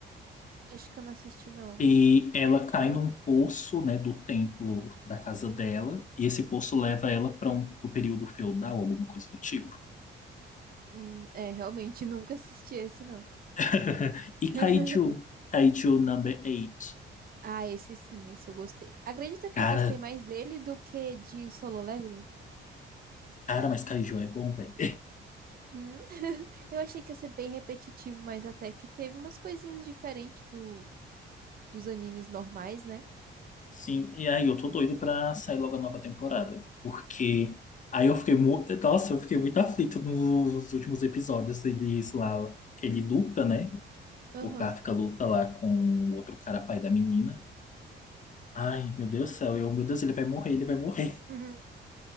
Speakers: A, on the right; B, on the left.
A: acho que eu não assisti, não.
B: E ela cai num poço, né, do templo da casa dela, e esse poço leva ela para um pro período feudal, alguma coisa do tipo.
A: Hum, é, realmente <laughs> nunca assisti esse, não.
B: <laughs> E
A: <laughs>
B: Kaiju, Kaiju number 8.
A: Ah, esse sim, esse eu gostei. Acredita que
B: Cara,
A: eu gostei mais dele do que de Solo Leveling?
B: cara, mas Kaiju é bom, velho.
A: Hum. <laughs> Eu achei que ia ser bem repetitivo, mas até que teve umas coisinhas diferentes do, dos animes normais, né?
B: Sim, e aí eu tô doido pra sair logo a nova temporada, porque aí eu fiquei muito, nossa, eu fiquei muito aflito nos últimos episódios, eles lá, que ele luta, né?
A: Aham.
B: O Kafka
A: <laughs>
B: luta lá com o outro cara pai da menina. Ai, meu Deus do céu, eu, meu Deus, ele vai morrer, ele vai morrer.
A: Uhum.